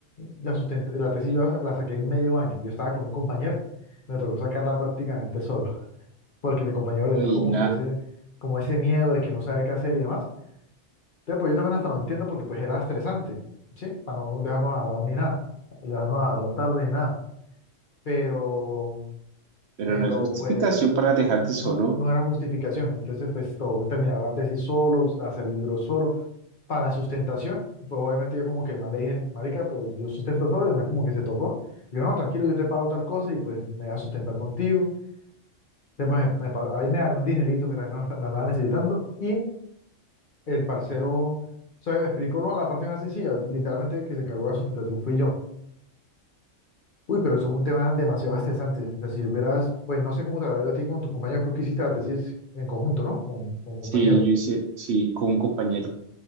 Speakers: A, on the left; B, on the right.
A: la sustenta, la tesis yo la, sa- la saqué en medio año. Yo estaba con un compañero, me tocó sacarla prácticamente solo, <laughs> porque mi compañero le
B: ay,
A: entró como
B: no,
A: que ese, como ese miedo de que no sabe qué hacer y demás. Entonces, pues yo también hasta lo entiendo porque pues era estresante, ¿sí? Para no dejarnos agarrar ni nada, dejarnos agarrar tarde ni nada. Pero
B: pero
A: pero
B: no es justificación
A: pues
B: para
A: no,
B: dejarte
A: no,
B: solo.
A: no, no era justificación. Entonces, pues todo, terminar la tesis solo, hacer libros solo. Para sustentación, pues obviamente yo como que más le dije, marica, pues yo sustento solo, además como que se tocó. Y Yo, no, tranquilo, yo te pago tal cosa y pues me voy a sustentar contigo. Después me- me pa- ahí me dan un dinerito que la no la andaba necesitando y el parcero, o sea, me explicó lo- la parte más sencilla, literalmente el que se encargó de la sustentación fui yo. Uy, pero eso fue un tema demasiado estresante. O sea, si supieras, pues no sé cómo te habrá ido a ti con tus compañeros, creo que hiciste la tesis en conjunto, ¿no? Con, con compañeros.
B: Sí, yo hice, sí, con un compañero.